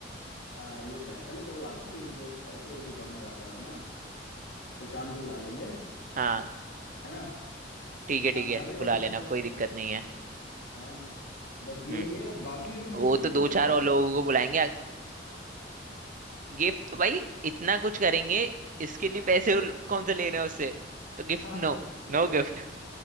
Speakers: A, on the left (about 75°); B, on the right (about 45°).
A: आ, ये तो है चलो कोई बात नहीं एक दोस्त है तो जो गाने गाता है अपना प्रशांत को बुला लेंगे है
B: हाँ
A: ना
B: ठीक
A: प्रशांत
B: है ठीक है
A: गा देगा
B: बुला
A: अच्छे
B: लेना
A: से
B: कोई दिक्कत नहीं है
A: हाँ बस यही
B: हम्म
A: है बाकी उसको गिफ्ट
B: वो
A: विफ्ट
B: तो दो
A: देना
B: चार
A: कुछ
B: और लोगों को बुलाएंगे गिफ्ट तो भाई इतना कुछ करेंगे इसके
A: हाँ
B: लिए पैसे उल- कौन से ले रहे हैं उससे तो गिफ्ट
A: हाँ
B: नो
A: ये तो
B: No
A: है
B: gift